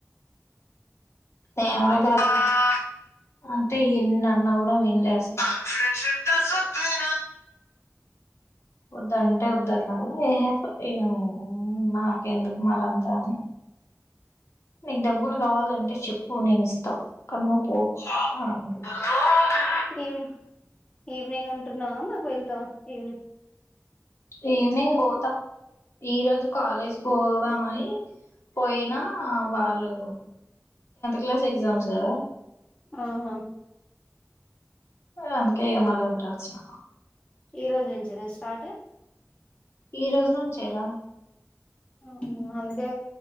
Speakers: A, on the left (about 55°); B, on the left (about 20°).
A: నేను కూడా చేస్తాను అంటే ఎన్ని అన్న కూడా వన్లేస్తాను <inaudible> వదుంటే వద్ద అన్నాడు ఏహ ఏ నాక ఎందుకు మార అంతా అని నీకు డబ్బులు కావాలంటే చెప్పు నేను ఇస్తా కానీ నవ్వు పోకు అని ఆనాడు
B: ఈవినింగ్ ఈవినింగ్ ఉంటున్నావా మరి వెళ్తావా ఈవినింగ్
A: ఈవనింగ్ పోతా ఈ రోజు కాలేజ్ పో పోదామని పోయినా వాళ్ళు క్లాస్ ఎగ్జామ్స్ కదా
B: ఆహా
A: ఏ ఇగ ఏమంటే వచ్చిన
B: ఈ రోజు నుంచి నే స్టార్ట్
A: ఈ రోజు నుంచేరా
B: ఆ అందుకే